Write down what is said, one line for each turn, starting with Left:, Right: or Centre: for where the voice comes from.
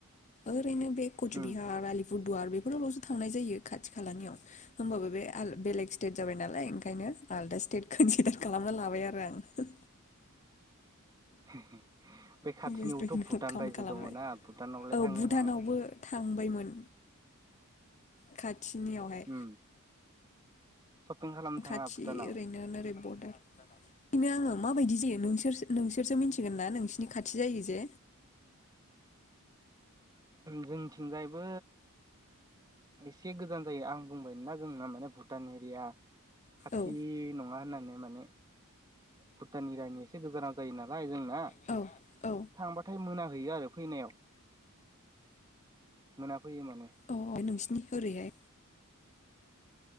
Left: ओरैनो बे कच
Right: उम
Left: बिहार आलि फुटबार बे बेफोरावल'सो थांनाय जायो खाथि खालानियाव होमबाबो बे बेलेग स्टेट जाबाय नालाय ओंखायनो आलदा स्टेट खनसिदार खालामना लाबाय आरो आं।
Right: होम बे खाथिनियावथ'
Left: वेस्ट बेंगल
Right: भुटान
Left: काउन्ट
Right: रायजो
Left: खालामबाय
Right: दङनाा भुटानावलाय
Left: औ
Right: थांनो
Left: भुटानावबो
Right: थाङा?
Left: थांबायमोन। खाथिनियावहाय
Right: उम सपिं खालामनो थाङा
Left: खाथि
Right: भुटानाव?
Left: ओरैनो ओरै बरदार बेनो आङो माबायदि जायो नोंसोर नोंसोरसो मिथिगोन ना नोंसिरनि खाथि जायो जे
Right: जोंथिंजायबो एसे गोजान जायो आं बुंबाया जोंना माने भुटान एरिया खाथि
Left: औ
Right: नङा होननानै माने भुटाननि रानि एसे गोजानाव जायो नालाय जों ना
Left: औ औ
Right: थांबाथाय मोना हैयो आरो फैनायाव। मोना फैयो माने।
Left: औ नोंसिनि ओरैहाय